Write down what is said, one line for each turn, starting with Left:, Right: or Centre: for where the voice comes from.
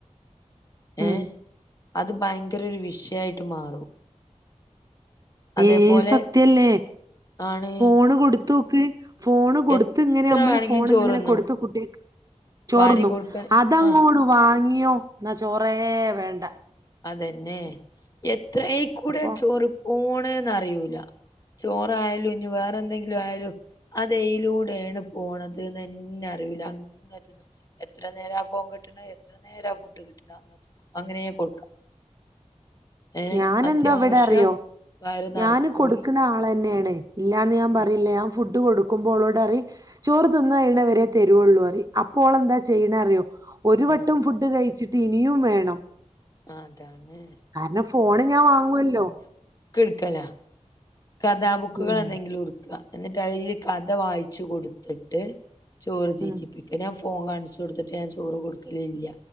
Right: ഉം
Left: ഏഹ് അത് ഭയങ്കര ഒരു വിഷയായിട്ട് മാറും. അതേപോലെ
Right: ഏഹ് സത്യല്ലേ
Left: ആണ്
Right: ഫോണ് കൊടുത്തു ക്ക് ഫോണ് കൊടുത്ത്
Left: എത്ര
Right: ഇങ്ങനെ നമ്മള്
Left: വേണെങ്കിലും
Right: ഫോൺ
Left: ചോറുന്നും
Right: ഇങ്ങനെ കൊടുത്ത് കുട്ടിക്ക്. ചോറിന്നു
Left: വാരി കൊടുക്ക
Right: അതങ്ങോട്
Left: ആ
Right: വാങ്ങി <unintelligible> എന്ന ചോറേ വേണ്ട
Left: അതെന്നെ എ ത്രയ് കൂടെ
Right: അപ്പൊ
Left: ചോറ് പോൺ അറിയൂല ചോറായാലും ഇനി വേറെ എന്തെങ്കിലും ആയാലും അതയലൂടെയാണ് പോണതെന്നെ അറിയുല അങ്ങത്തന്നും എത്ര നേര ഫോം കിട്ടണ എത്ര നേര ഫുഡ് കിട്ടണ അങ്ങ അങ്ങനെയ കൊടുക്കാം. ഏ
Right: ഞാനെന്താ
Left: അത്യാവശ്യം
Right: ഇവിടെ അറിയോ
Left: വയറ് നറക്കൂല്
Right: ഞാന് കൊടുക്കണ ആൾന്നെയാണ്. പ് ഇല്ലാന്ന് ഞാൻ
Left: ഉം
Right: പറയില്ല ഫുഡ് കൊടുക്കുമ്പോളോട് അറി ചോറ് തിന്ന് കഴിയണവരെ തരുവള്ളൂ അറി അപ്പോൾെന്താ ചെയ്യണ അറിയോ ഒരു വട്ടം
Left: ആ
Right: ഫുഡ് കയ്ചി ഇനിയും വേണം
Left: അതാണ്
Right: കാരണം ഫോണ് ഞാൻ വാങ്ങുവല്ലോ
Left: കിടുക്കല കഥാബുക്കുകൾ
Right: ഉം
Left: എന്തെങ്കിലും കൊടുക്കുക എന്നിട്ട് അല് കഥ വായിച്ചു കൊടുത്തിട്ട് ചോറ് തീറ്റിപ്പിക്കലും
Right: ഉം
Left: ഫോൺ കാണിച്ചു കൊടുത്തിട്ട് ഞാൻ ചോറ് കൊടുക്കല ഇല്ല